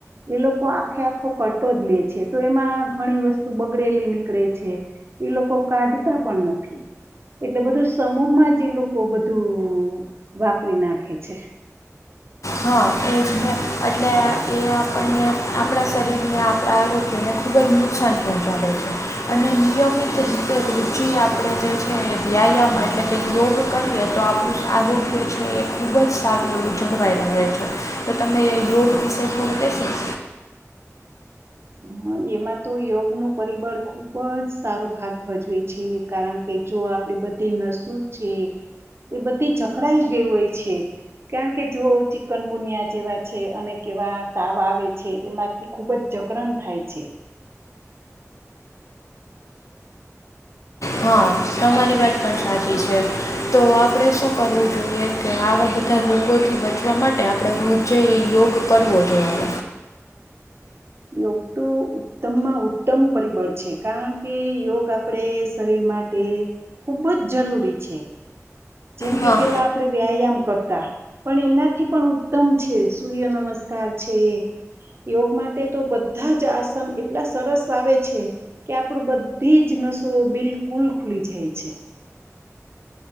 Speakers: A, on the right; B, on the left.
A: એ લોકો આખે આખો કટો જ લે છે તો એમાં ઘણી વસ્તુ બગડેલી નીકળે છે. ઈ લોકો કાઢતાં પણ નથી. એટલે બધું સમૂહમાં જ ઈ લોકો બધું વાપરી નાખે છે.
B: હા એજને એટલે એ આપણને આપણા શરીરને આપણા આરોગ્યને ખૂબ જ નુકસાન પહોંચાડે છે. અને નિયમિત રીતે પછી આપણે જે છે વ્યાયામ એટલે કે યોગ કરીએ તો આપણું આરોગ્ય છે ખૂબ જ સારું જળવાઈ રહે છે તો તમે યોગ વિશે શું કેશો?
A: હ એમાં તો યોગનું પરિબળ ખૂબ જ સારો ભાગ ભજવે છે કારણ કે જો આપડી બધી નસું છે એ બધી જકડાઈ ગઈ હોય છે. કારણ કે જો ચિકનગુનિયા જેવા છે અને કેવા તાવ આવે છે એમાંથી ખૂબ જ જ કરન થાય છે.
B: હા, તમારી વાત પણ સાચી છે. તો આપણે શું કરવું જોઈએ કે આવાં બધાં રોગોથી બચવા માટે આપ પડે રોજે યોગ કરવો જોઈએ.
A: યોગ તો ઉત્તમમાં ઉત્તમ પરિબળ છે કારણ કે યોગ આપડે શરીર મા તે ખૂબ જ જરૂરી છે જેમ
B: હા
A: કે પેલાં આપણે વ્યાયામ કરતાં. પણ એનાથી પણ ઉત્તમ છે સૂર્ય નમસ્કાર છે યોગમાં તે તો બધાં જ આસન એટલા સરસ આવે છે. કે આપડુ બધી જ નસો બિલકુલ ખુલી જાય છે.